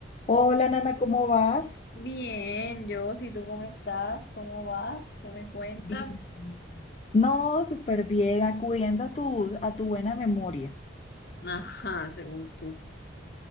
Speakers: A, on the left; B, on the left.
A: Hola,
B: Oh,
A: Nana, ¿cómo vas?
B: bien, yo, si tú cómo estás, cómo vas, ¿qué me cuentas?
A: Bien. No, súper bien, acudiendo a tu, a tu buena memoria.
B: Ajá, según tú.